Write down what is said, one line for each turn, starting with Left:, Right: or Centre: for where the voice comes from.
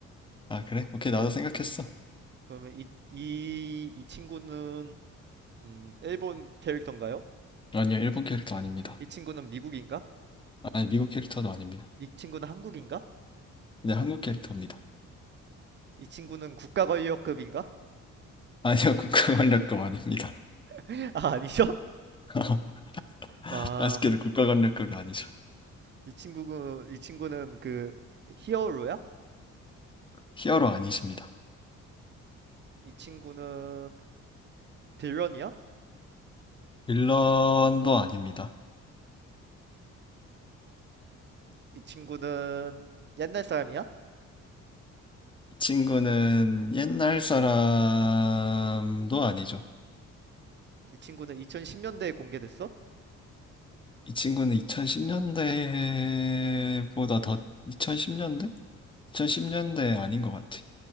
Left: 아 그래? 오케이 나도
Right: 어,
Left: 생각했어
Right: 그러면 이, 이, 이 친구는 음, 일본 캐릭터인가요?
Left: 아니요 일본 캐릭터 아닙니다
Right: 이 친구는 미국인가?
Left: 아니 미국 캐릭터도 아닙니다
Right: 이 친구는 한국인가?
Left: 네 한국 캐릭터입니다
Right: 이 친구는 국가권력급인가?
Left: 아니요 <laughs> 국가 활력도 아닙니다
Right: <laughs> 아, 아니죠?
Left: <laughs>
Right: 아,
Left: 아쉽게도
Right: 한,
Left: 국가관리급이 아니죠.
Right: 이 친구는 이 친구는 그 히어로야?
Left: 히어로 아니십니다.
Right: 이 친구는 빌런이야?
Left: 빌런도 아닙니다.
Right: 이 친구는 옛날 사람이야?
Left: 이 친구는 옛날 사람도 아니죠.
Right: 이 친구는 2010년대에 공개됐어?
Left: 이 친구는 2010년대보다 더 2010년대? 2010년대 아닌 것 같아.